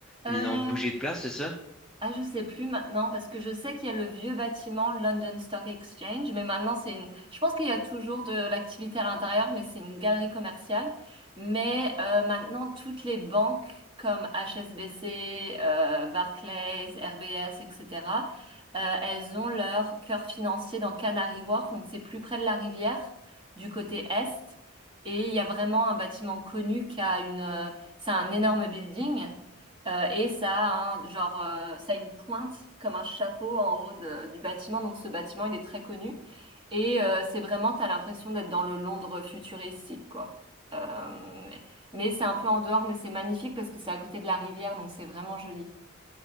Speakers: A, on the right; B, in the centre.
A: Euh,
B: ils l'ont bougé de place, c'est ça?
A: Ah, je sais plus maintenant parce que je sais qu'il y a le vieux bâtiment London Stock Exchange, mais maintenant c'est une. Je pense qu'il y a toujours de l'activité à l'intérieur, mais c'est une galerie commerciale. Mais euh, maintenant toutes les banques comme HSBC, euh, Barclays, RBS, etc. euh, elles ont leur cœur financier dans Canary Wharf, donc c'est plus près de la rivière, du côté est. Et il y a vraiment un bâtiment connu qui a une. euh, C'est un énorme building. Euh, et ça a un, genre, euh, ça a une pointe comme un chapeau en haut de- du bâtiment. Donc ce bâtiment, il est très connu. Et euh, c'est vraiment, t'as l'impression d'être dans le Londres futuristique, quoi. Euh, mais c'est un peu en dehors, mais c'est magnifique parce que c'est à côté de la rivière, donc c'est vraiment joli.